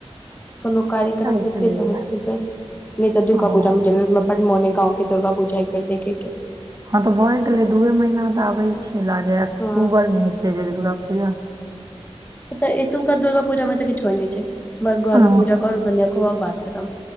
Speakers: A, on the left; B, on the right.
A: कोनो कार्यक्रम
B: छलियै
A: हेतेै तहन जेबै। नैय तऽ दुर्गा
B: हँ
A: पूजामे जेबै हमरा बड मोन हय गाँव के दुर्गा पूजा एक बेर देखैके।
B: हँ तऽ भए गेलै दूए महीना तऽ आबै छै लागैय अक्टूबरमे
A: हँ
B: हेतै दुर्गा पूजा।
A: तऽ एतुका दुर्गा पूजा मे तऽ किछु होय नै छै बस घर
B: हँ
A: मे पूजा करू कन्या खुवाउ बात खतम।